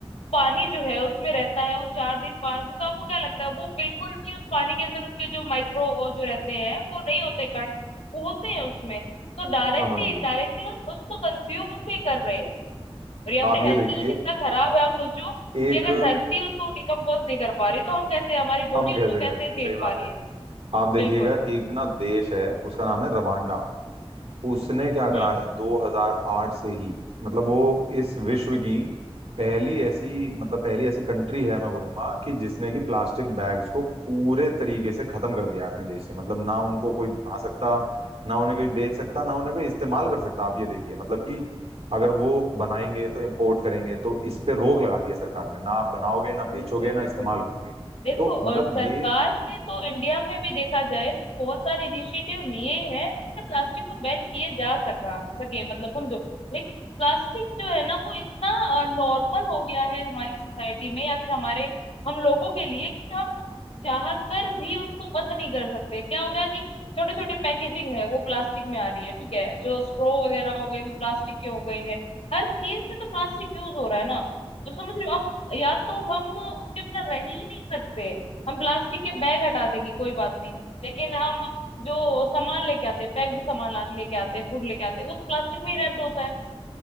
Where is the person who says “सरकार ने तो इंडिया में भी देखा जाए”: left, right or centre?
Left